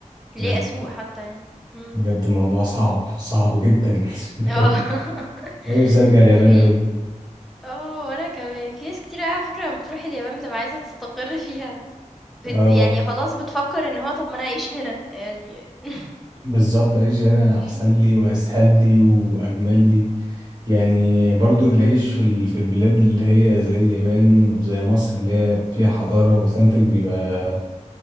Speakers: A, on the right; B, in the centre.
A: بجد
B: ليه أسوق حتى يعني، إمم،
A: بجد الموضوع صعب صعب جدا <laughs> بجد
B: آه، <laughs>
A: انا نفسي ارجع اليابان
B: في
A: قوي
B: آه، وأنا كمان. في ناس كتيرة أوي على فكرة لمّا بتروح اليابان بتبقى عايزة تستقر فيها، بت
A: اه
B: يعني خلاص بتفكّر إن هو طَب ما أنا أعيش هنا يعني <laughs>
A: بالظبط أعيش هنا أحسن
B: إمم.
A: لي وأسهل لي وأجمل لي يعني برضو العيش في ال- في البلاد اللي هي زي اليابان وزي مصر اللي هي فيها حضارة وأوثنتك بيبقى